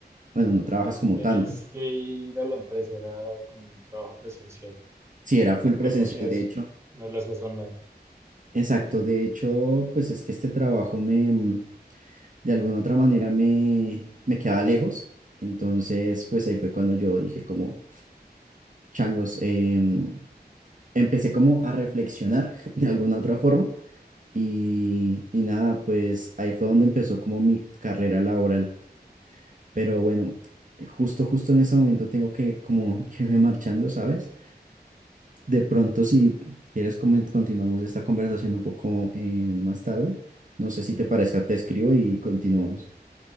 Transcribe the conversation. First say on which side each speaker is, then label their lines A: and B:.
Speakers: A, on the right; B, on the right.
A: bueno, no trabajas como
B: Y tenías
A: tanto.
B: que ir a la empresa, era como un trabajo presencial.
A: Sí, era full presencial,
B: No lo hacías,
A: de hecho.
B: no lo hacías online.
A: Exacto, de hecho, pues es que este trabajo me... mm, de alguna otra manera me, me quedaba lejos. Entonces, pues ahí fue cuando yo dije como, changos, em, empecé como a reflexionar <laughs> de alguna otra forma. Y, y nada, pues ahí fue donde empezó como mi carrera laboral. Pero bueno, justo, justo en ese momento tengo que como <laughs> irme marchando, ¿sabes? De pronto, si quieres, comen- continuamos esta conversación un poco eh, más tarde. No sé si te parezca, te escribo y continuamos.